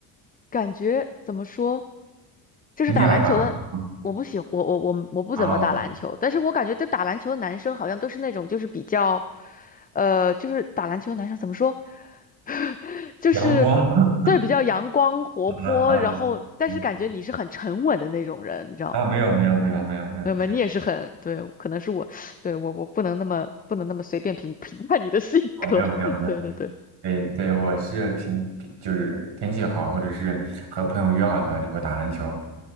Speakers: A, on the left; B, on the right.
A: 感觉怎么说，就是打篮球的，
B: 你也爱打篮球
A: 我不喜，我我我我不怎么打篮球，
B: 啊？
A: 但是我感觉这打篮球的男生好像都是那种就是比较，呃，就是打篮球的男生怎么说，<laughs>
B: <laughs>
A: 就是对比较阳光活泼，
B: 阳光吗？<laughs> 啊啊嗯
A: 然后但是感觉你是很沉稳的那种人，你知道吗？
B: 啊！没有没有没有没有没有，
A: 没有没有你也是很，对，可能是我，对，我我不能那么不能那么随便评 <laughs> 评判你的性格，
B: 哦，没有没有没有，
A: <laughs> 对对对，
B: 对对，我是平就是天气好，或者是和朋友约好的话，就会打篮球。